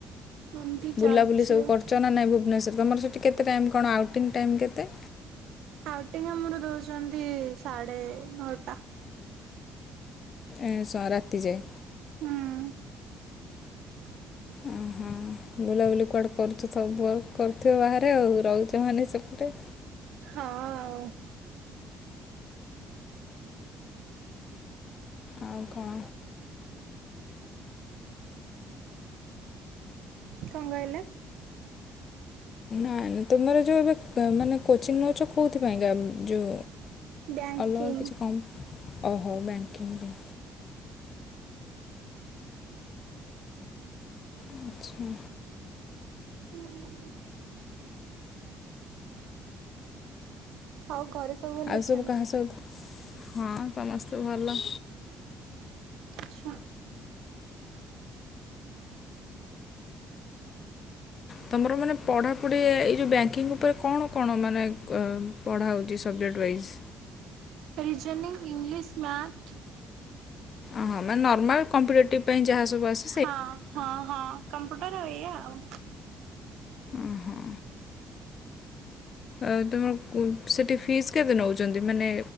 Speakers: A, on the right (about 75°); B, on the left (about 50°).
A: ଏମିତି
B: ବୁଲାବୁଲି
A: ଚାଲିଛି
B: ସବୁ
A: ଆଉ।
B: କରୁଛ ନା ନାଇଁ ଭୁବନେଶ୍ଵରରେ ତମର ସେଠି କେତେ ଟାଇମ୍ କଣ ଆଉଟିଙ୍ଗ ଟାଇମ୍ କେତେ?
A: ଆଉଟିଙ୍ଗ ଆମର ଦଉଛନ୍ତି ସାଢେ ନଅଟା।
B: ଏଁ ସ ରାତି ଯାଏ।
A: ହୁଁ।
B: ଉହୁଁ ବୁଲାବୁଲି କୁଆଡ଼େ କରୁଚ ସବୁ ଆଉ? କରୁଥିବ ବାହାରେ ଆଉ ରହୁଛ ମାନେ ସେପଟେ।
A: ହଁ ଆଉ।
B: ଆଉ କଣ?
A: କଣ କହିଲେ?
B: ହଁ ନାଇଁ ତୁମର ଯୋଉ ଏବେ ମାନେ କୋଚିଂ ନେଉଚ କୋଉ ଥିପାଇଁକା ଯୋଉ
A: ବ୍ୟାଙ୍କିଙ୍ଗ
B: ଅଲଗା କିଛି କମ୍ ଓହୋ ବ୍ୟାଙ୍କିଙ୍ଗ୍ ପାଇଁ। ଆଚ୍ଛା।
A: ହୁଁ। ଆଉ ଘରେ ଭଲ
B: ଆଉ
A: ଅଛନ୍ତି?
B: ସବୁ କାହା ସହିତ ହଁ ସମସ୍ତେ ଭଲ।
A: ଆଛା।
B: ତମର ମାନେ ପଢ଼ାପଢ଼ି ଏଇ ଯେଉଁ ବ୍ୟାଙ୍କିଙ୍ଗ୍ ଉପରେ କଣ କଣ ମାନେ କ ପଢ଼ା ହେଉଛି subject wise?
A: Reasoning English math.
B: ଓହଁ ମାନେ ନର୍ମାଲ କମ୍ପିଟେଟିଭ ପାଇଁ ଯାହା ସବୁ ଆସି
A: ହଁ ହଁ ହଁ କମ୍ପ୍ୟୁଟର ଏଇଆ ଆଉ।
B: ଉହୁଁ। ଏ ତୁମ କୁ ସେଇଠି ଫିସ୍ କେତେ ନେଉଚନ୍ତି ମାନେ